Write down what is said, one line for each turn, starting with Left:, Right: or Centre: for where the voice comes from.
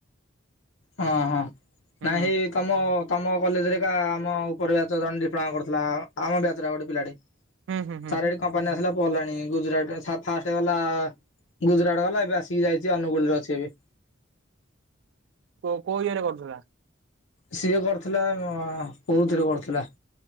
Left: ହଁ ହଁ।
Right: ହୁଁ
Left: ନାଇଁ ତମ ତମ କଲେଜରେ ଏକା ଆମ ଉପର ବ୍ୟାଚ ଜଣେ ଡିପ୍ଲୋମା କରୁଥିଲା। ଆମ ବ୍ୟାଚର ଆଉ ଗୋଟେ ପିଲାଟେ
Right: ହୁଁ ହୁଁ ହୁଁ
Left: ତାରେ କମ୍ପାନୀ ଆସିଲା ପୋଲ ଆଣି ଗୁଜୁରାଟ ର ଫାଷ୍ଟ ଗଲା ଗୁଜୁରାଟ ଗଲା ଏବେ ଆସିକି ଯାଇଛି ଅନୁଗୁଳରେ ଅଛି ଏବେ।
Right: କୋଉ କୋଉ ଇଏ ରେ କରୁଥିଲା।
Left: ସେଏ କରୁଥିଲା କୋଉଥିରେ କରୁଥିଲା।